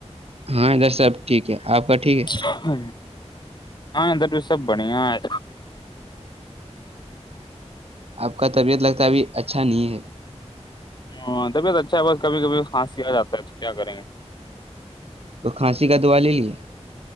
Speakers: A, on the right (about 60°); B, on the left (about 40°).
A: ہاں ادھر صحب ٹھیک ہے آپ کا ٹھیک ہے
B: ہ ہاںدر بھی سب بڑھیا ہے
A: آپ کا طبیعت لگتا ہے ابھی اچھا نہیں ہے
B: ہاں طبیعت اچھا ہے بس کبھی کبھیھانسی آ جاتا ہے تو کیا کریں گے
A: تو کھانسی کا دعا لے لیا